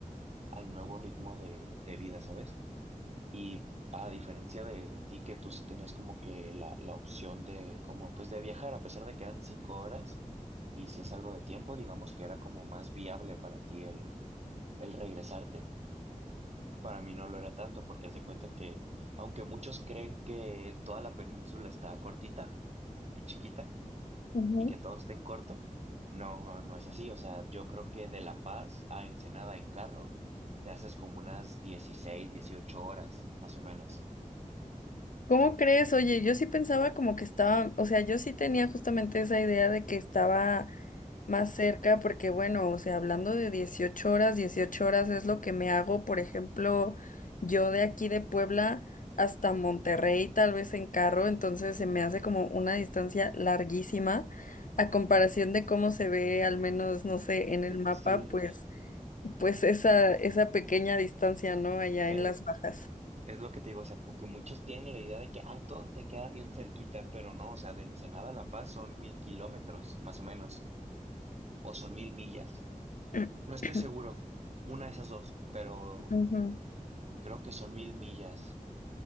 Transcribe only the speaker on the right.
al nuevo ritmo de, de vida, ¿sabes? Y a diferencia de ti, que tú sí tenías como que la, la opción de, como, pues de viajar, a pesar de que eran cinco horas, y si es algo de tiempo, digamos que era como más viable para ti el, el regresarte. Para mí no lo era tanto, porque haz de cuenta que, aunque muchos creen que toda la península está cortita y chiquita,
y que todo esté en corto. No, no es así. O sea, yo creo que de La Paz a Ensenada en carro te haces como unas 16 18 horas, más o menos.
Eh,
Sí,
sí, sí.
Eh,
es lo que te digo, o sea, como que muchos tienen la idea de que, ay, todo te queda bien cerquita, pero no, o sea, de Ensenada a La Paz son mil kilómetros, más o menos, o son mil millas.
No estoy seguro, una de esas dos, pero
creo que son mil millas.